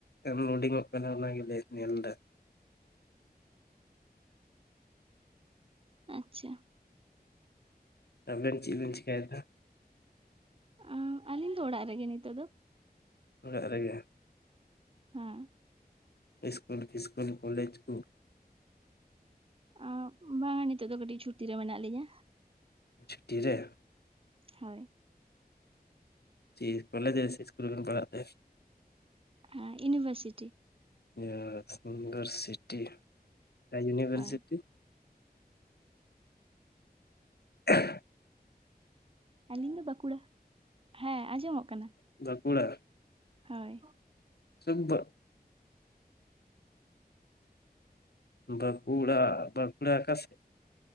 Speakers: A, on the left; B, on the right.
A: ᱟᱱᱞᱳᱰᱤᱝ ᱚᱜ ᱠᱟᱱᱟ ᱚᱱᱟ ᱜᱮᱞᱮ ᱧᱮᱞ ᱫᱟ
B: ᱟᱪᱪᱷᱟ
A: ᱟᱵᱮᱱ ᱪᱮᱫ ᱵᱮᱱ ᱪᱮᱠᱟᱭ ᱫᱟ
B: ᱟᱸ ᱟᱹᱞᱤᱧ ᱫᱚ ᱚᱲᱟᱜ ᱨᱮᱜᱮ ᱱᱤᱛᱚᱜ ᱫᱚ
A: ᱚᱲᱟᱜ ᱨᱮᱜᱮ
B: ᱦᱮᱸ
A: ᱤᱥᱠᱩᱞ ᱯᱷᱤᱥᱠᱩᱞ ᱠᱚᱞᱮᱡᱽ ᱠᱩ
B: ᱟᱸ ᱵᱟᱝᱼᱟ ᱱᱤᱛᱚᱜ ᱫᱚ ᱠᱟᱹᱴᱤᱡᱽ ᱪᱷᱩᱴᱤ ᱨᱮ ᱢᱮᱱᱟᱜ ᱞᱤᱧᱟᱹ
A: ᱪᱷᱩᱴᱤ ᱨᱮ
B: ᱦᱳᱭ
A: ᱪᱤᱥ ᱠᱚᱞᱮᱡᱮ ᱥᱮ ᱤᱥᱠᱩᱞ ᱨᱮᱵᱮᱱ ᱯᱟᱲᱦᱟᱜ ᱛᱮ
B: ᱦᱮᱸ ᱤᱱᱤᱵᱷᱟᱨᱥᱤᱴᱤ
A: ᱧᱟᱸ <unintelligible> ᱤᱱᱜᱟᱨᱥᱤᱴᱤ ᱚᱠᱟ ᱩᱱᱤᱵᱷᱟᱨᱥᱤᱴᱤ
B: ᱦᱳᱭ
A: <unintelligible>
B: ᱟᱞᱤᱧ ᱫᱚ ᱵᱟᱸᱠᱩᱲᱟ ᱦᱮᱸ ᱟᱸᱡᱚᱢᱚᱜ ᱠᱟᱱᱟ
A: ᱵᱟᱸᱠᱩᱲᱟ
B: ᱦᱳᱭ
A: ᱥᱩᱵᱼᱵᱟᱹᱜᱽ ᱵᱟᱸᱠᱩᱲᱟ ᱵᱟᱸᱠᱩᱲᱟ ᱠᱟᱥᱮ